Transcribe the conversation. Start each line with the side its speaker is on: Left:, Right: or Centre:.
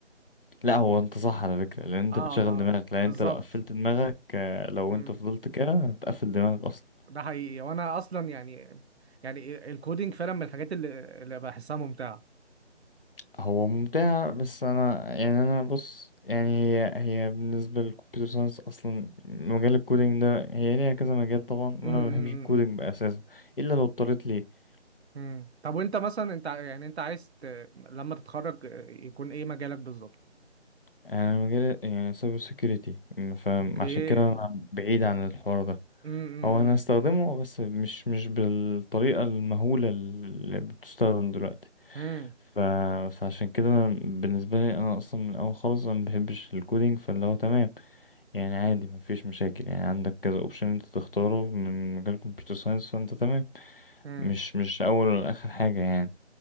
Left: لا هو انت صح على فكرة لان انت
Right: اه
Left: بتشغل
Right: ما
Left: دماغك لان
Right: بالظبط
Left: انت لو قفلت دماغك آه، لو
Right: امم
Left: انت فضلت كده هتقفل دماغك اصلا
Right: ده حقيقي وانا اصلا يعني يعني الكودينج فعلا من الحاجات اللي, اللي بحسها ممتعه
Left: هو ممتع بس انا يعني انا بص يعني هي هي بالنسبة للكمبيوتر ساينس اصلا مجال الكودينج ده هي ليها كذا مجال طبعا وانا
Right: امم
Left: ما بحبش
Right: امم امم
Left: الكودينج
Right: إمم.
Left: اساسا الا لو اضطريت ليه
Right: إمم. طب وانت مثلا انت ع- يعني انت عايز ت... لما تتخرج آه، يكون ايه مجالك بالظبط
Left: يعني انا مجال يعني سايبر سيكيورتي فعشان
Right: اوكي
Left: كده
Right: امم
Left: انا بعيد عن الحوار ده
Right: امم
Left: هو انا هستخدمه بس مش مش بالطريقه المهوله اللي بتستخدم دلوقتي
Right: امم
Left: ف... فعشان كده أنا بالنسبه لي انا اصلا من الاول خالص انا ما بحبش الكودينج فاللي هو تمام يعني عادي ما فيش مشاكل يعني عندك كذا اوبشن انت تختاره من مجال كمبيوتر ساينس فانت تمام
Right: إمم،
Left: مش مش اول ولا اخر حاجه يعني